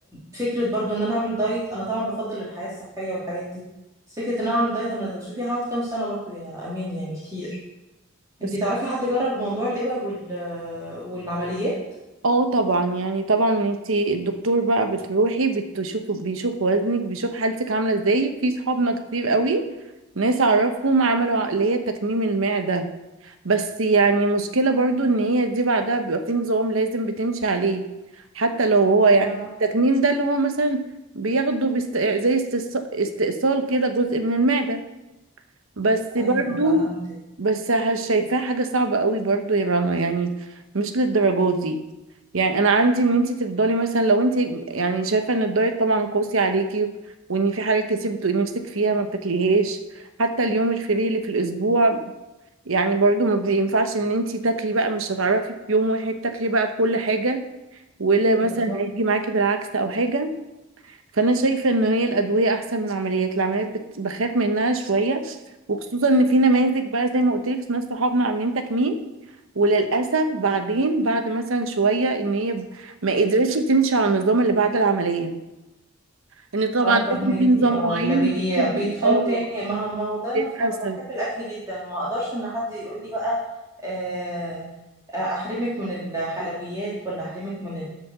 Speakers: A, on the right; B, on the right.
A: فكرة برضو ان انا اعمل دايت انا طبعا بفضل الحياة الصحية والحاجات دي بس فكرة ان انا اعمل دايت انا شوفي هقعد كام سنة برضو يا امين يعني كتير
B: بس
A: انتي تعرفي حد جرب موضوع الابر وال والعمليات
B: اه طبعا يعني طبعا انتي الدكتور بقى بتروحي بتشوفه بيشوف وزنك بيشوف حالتك عامله ازاي في صحابنا كتير قوي ناس اعرفهم عملوا عقليه تكميم المعده بس يعني مشكله برضو ان هي دي بعدها بيبقى في نظام لازم بتمشي عليه حتى لو هو
A: يا
B: يعني التكميم ده اللي هو مثلا بياخده بست... زي استث- استئصال كده جزء من المعده بس برضو
A: ايوه فهمتك
B: بس هل- شايفاها حاجة صعبة قوي برضو يا رنا يعني مش للدرجة دي يعني انا عندي ان انت تفضلي مثلا لو انت يعني شايفة ان الدايت طبعا قاسي عليكي وان في حاجات كتير بتبقي نفسك فيها ما بتاكليهاش حتى اليوم الفري اللي في الاسبوع يعني برضو ما بينفعش ان انت تاكلي بقى مش هتعرفي في يوم واحد تاكلي بقى كل حاجة ولا مثلا
A: بالظبط
B: هيجي معاكي بالعكس او حاجة فانا شايفه ان هي الادويه احسن من العمليات العمليات بت- بخاف منها شويه وخصوصا ان في نماذج بقى زي ما قلت لك ناس صحابنا عاملين تكميم وللاسف بعدين بعد مثلا شويه ان هي ب- ما قدرتش تمشي على النظام اللي بعد العمليه ان طبعا
A: اه فهماكي
B: لازم في نظام
A: اه
B: معين
A: اللي بي...
B: بتفضل
A: بيتخانوا
B: اه
A: تاني ما هو ما هو ده نفسه
B: للاسف
A: انا بحب الاكل جدا ما اقدرش ان حد يقول لي بقى آه، آه، احرمك من الحلويات ولا احرمك من